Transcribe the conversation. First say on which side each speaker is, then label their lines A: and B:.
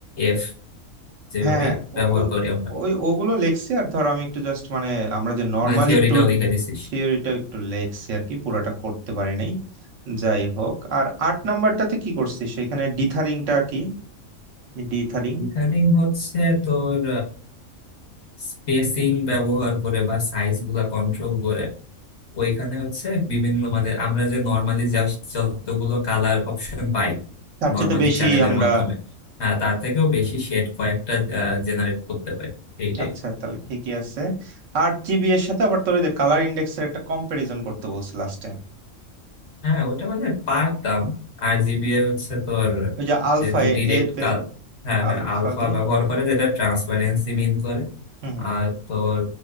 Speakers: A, on the left; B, on the right.
A: এফ যেভাবে
B: হ্যাঁ হ্যাঁ
A: ব্যবহার
B: ও- ওই
A: করি আমরা
B: ওই ওগুলো লেখছি আর ধর আমি একটু জাস্ট মানে আমরা যে নর্মালি
A: মানে থিওরিটাও
B: ট্যুর
A: লিখে দিছিস
B: থিওরিটা একটু লেখছি আর কি পুরোটা করতে পারি নাই যাই হোক আর আট নাম্বারটাতে কি করছিস সেখানে ডিথারিংটা কি ডিথারিং
A: রিগার্ডিং হচ্ছে তোর স্পেসিং ব্যবহার করে বা সাইজ গুলা কন্ট্রোল করে ওইখানে হচ্ছে বিভিন্ন মানে আমরা যে নর্মালি যতগুলো কালার অপশন পাই
B: তার
A: নর্মালি
B: চেয়ে তো বেশি
A: চ্যানেলের
B: আমরা
A: মাধ্যমে আহ, তার থেকেও বেশি শেড কয়েকটা জেনারেট করতে পারি এইটাই
B: আচ্ছা তাহলে ঠিকই আছে আট জিবি এর সাথে আবার তোর ওই যে কালার ইন্ডেক্সের একটা কম্পারিজন করতে বলছে লাস্টে
A: হ্যাঁ ওটা মানে পারতাম আর জিবিএ হচ্ছে তোর
B: ওই যে আলফা
A: যেহেতু
B: এ
A: ডিরেক্ট
B: এ তে
A: কাল হ্যাঁ
B: আলফা
A: হ্যাঁ আলফা
B: দি
A: ব্যবহার করে যেটা ট্রান্সপারেন্সি মিন করে
B: হুম হুম
A: আর তোর